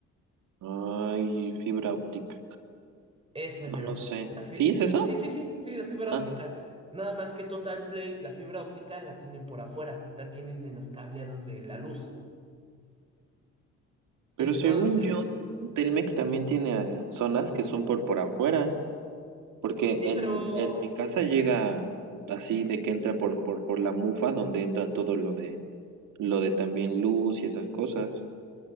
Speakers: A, on the right (about 80°); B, on the right (about 20°).
A: Ay, fibra óptica.
B: Ese
A: No,
B: mero.
A: no sé.
B: La fi-
A: ¿Sí es eso?
B: Sí, sí, sí, sí, la fibra
A: Ah,
B: óptica. Nada más que Total Play, la fibra óptica la tienen por afuera, la tienen en los cableados de la luz. Entonces,
A: Pero según yo, Telmex también tiene zonas que son por, por afuera, porque
B: sí,
A: en,
B: pero...
A: en mi casa llega
B: Ujú.
A: así de que entra por, por, por la mufa, donde entra todo lo de, lo de también luz y esas cosas.